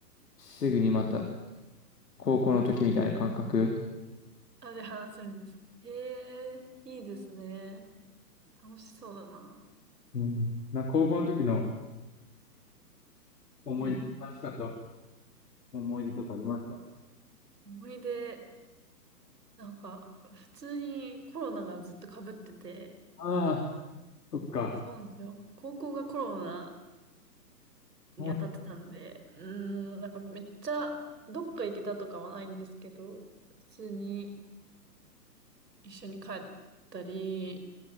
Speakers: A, on the left; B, on the right.
A: すぐにまた高校の時みたいな感覚。
B: あ、で話せるんです。へえ、いいですね。楽しそうだな。
A: うん。な、高校の時の思い出、
B: うん。
A: 楽しかった思い出とかありますか
B: 思い出、なんか、普通にコロナがずっと被ってて、
A: ああ、そっか。
B: そうなんですよ。高校がコロナに当たってたんで、
A: うん、
B: うーん、なんかめっちゃ、どっか行けたとかはないんですけど、普通に、一緒に帰ったり、